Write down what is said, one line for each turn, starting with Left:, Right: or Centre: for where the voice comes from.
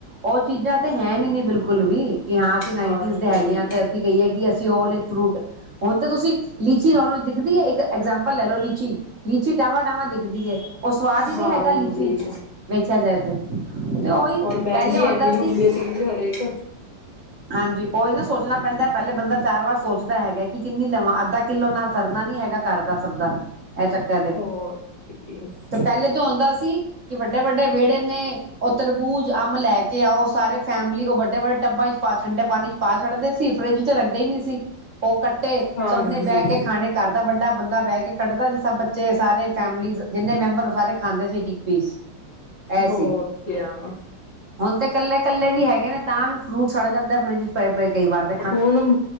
Right: ਉਹ ਚੀਜਾ ਤੇ ਹੈ ਨੀ ਬਿਲਕੁਲ ਵੀ ਕਿ ਹਾਂ ਅਸੀ ਨਾਈਨਟੀਜ਼
Left: ਹਾਂਜੀ
Right: ਦੇ ਹੈਗੇ ਆ ਤੇ। ਅਸੀ ਕਹੀਏ ਕਿ ਅਸੀ ਉਹ ਵਾਲੇ ਫਰੂਟ। ਹੁਣ ਤੇ ਤੁਸੀ ਲੀਚੀ ਲਾਲੋ ਦਿਖਦੀ ਏ ਇੱਕ ਐਗਜਾਮਪਲ ਲੈ ਲਓ ਲੀਚੀ। ਲੀਚੀ ਟਾਵਾ-ਟਾਵਾ ਦਿਖਦੀ ਏ, ਉਹ ਸਵਾਦ ਈ ਨੀ
Left: ਹਾਂਜੀ
Right: ਹੈਗਾ ਲੀਚੀ ਚ। ਵੇਖਿਆ ਜਾਏ ਤੇ, ਤੇ ਉਹੀ
Left: ਔਰ ਮਹਿੰਗੀ
Right: ਪਹਿਲੇ ਆਉਦਾ
Left: ਐੰਨੀ
Right: ਸੀ
Left: ਹੁੰਦੀ
Right: ਕਿ
Left: ਹੈ ਚੀਜ਼ ਹਰੇਕ
Right: ਹਾਂਜੀ, ਉਹੀ ਨਾ ਸੋਚਣਾ ਪੈਂਦਾ ਪਹਿਲੇ ਬੰਦਾ ਚਾਰ ਵਾਰ ਸੋਚਦਾ ਹੈਗਾ ਕਿ ਕਿੰਨੀ ਲਵਾਂ ਅੱਧਾ ਕਿੱਲੋ ਨਾ ਸਰਨਾ ਨੀ ਹੈਗਾ ਘਰਦਾ ਸਭ ਦਾ ਇਹ ਚੱਕਰ ਏ
Left: ਹੋਰ <unintelligible>
Right: ਤੇ ਪਹਿਲੇ ਤੋਂ ਹੁੰਦਾ ਸੀ, ਕਿ ਵੱਡੇ -ਵੱਡੇ ਵਿਹੜੇ ਨੇ ਉਹ ਤਰਬੂਜ, ਅੰਬ ਲੈ ਕੇ ਆਓ ਸਾਰੇ ਫੈਮਲੀ ਉਹ ਵੱਡੇ- ਵੱਡੇ ਟੱਬਾਂ ਚ ਪਾ ਠੰਡੇ ਪਾਣੀ ਪਾ ਛੱਡਦੇ ਸੀ, ਫਰਿੱਜ ਚ ਰੱਖਦੇ ਹੀ ਨਹੀਂ ਸੀ। ਉਹ ਕੱ ਤੇ
Left: ਹਾਂਜੀ
Right: ਸਭ ਨੇ ਬਹਿ ਕੇ ਖਾਣੇ ਘਰਦਾ ਵੱਡਾ ਬੰਦਾ ਬਹਿ ਕੇ ਕੱਟਦਾ ਸੀ ਸਭ ਬੱਚੇ ਸਾਰੇ ਫੈਮਲੀਜ ਜਿੰਨੇ ਮੈਂਬਰ ਉਹ ਸਾਰੇ ਖਾਂਦੇ ਸੀ ਇੱਕ -ਇੱਕ ਪੀਸ। ਇਹ
Left: ਹੋਰ,
Right: ਸੀ
Left: ਕਿਆ ਆ।
Right: ਹੁਣ ਤੇ ਇਕੱਲੇ -ਇਕੱਲੇ ਵੀ ਹੈਗੇ ਨੇ ਤਾਂ ਵੀ ਫਰੂਟ ਸੜ ਜਾਂਦਾ ਫਰਿੱਜ 'ਚ ਪਏ -ਪਏ ਕਈ ਵਾਰ ਤਾਂ
Left: ਹੁਣ।